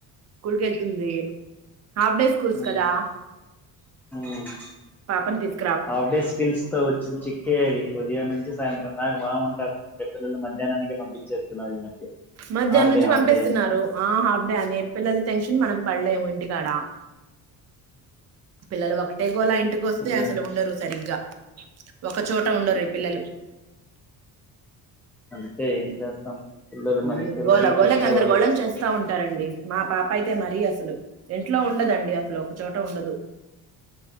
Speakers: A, on the right; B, in the centre.
A: స్కూల్ వెళ్తుంది హాఫ్ డే స్కల్స్
B: ఉమ్
A: కదా,
B: ఉమ్
A: పాపని తీస్.
B: హాఫ్ డే స్కిల్స్ తో వచ్చి న్ చి క్కే అది ఉదయం నుంచి సాయంత్రం దాకా బాగుంటారన్ అనుకుంటే పిల్లలు మధ్యాహ్నానికి పంపించేస్తున్నారు ఈ మధ్య.
A: మధ్యాహ్నం
B: హాఫ్
A: నుంచి
B: డే హాఫ్
A: పంపిస్తున్నారు
B: డే అని
A: ఆ హాఫ్ డే అని పిల్లల్ టెన్షన్ మనం పడలేము ఇంటికాడ పిల్లలు వొక గోలా ఇంటికొస్తే
B: పిల్లలు
A: అసలు ఉండరు సరిగ్గా క చోట ఉండరు ఈ పిల్లలు
B: అంతే ఏం చేస్తాం పిల్లలు
A: ఊ
B: మరి పిల్లల్ని
A: గోల గోల
B: చూసుకోవాలి
A: గందరగోళం
B: కదా
A: చేస్తా ఉంటారండి మా పాపైతే మరీ అస్ సలు ఇంట్లో ఉండదండి అసలు క చోట ఉండదు